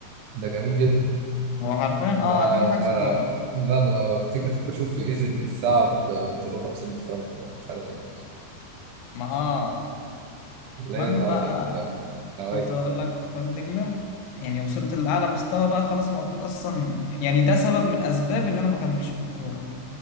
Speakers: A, on the right; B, on the left.
A: ده جميل جدا
B: هو حرفيا اه
A: ده انا
B: اكنه
A: ما
B: حجز كورة
A: لا ده انا بفتكر بشوف في ايزي ان الساعه ب 250 فرد أو مش عارف ايه
B: ما اه
A: اللي
B: المهم
A: هي النوادي
B: بقى
A: النوادي
B: كنت اقول لك في وادي دجلة يعني وصلت لأعلى مستوى بقى خلاص المفروض أصلا يعني ده سبب من أسباب اللي أنا ما كملش في الكورة